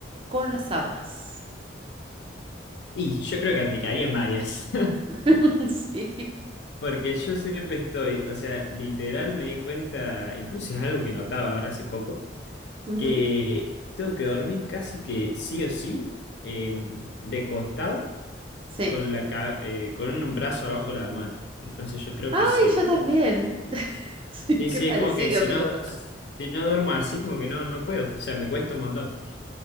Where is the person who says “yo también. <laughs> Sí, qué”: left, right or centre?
Right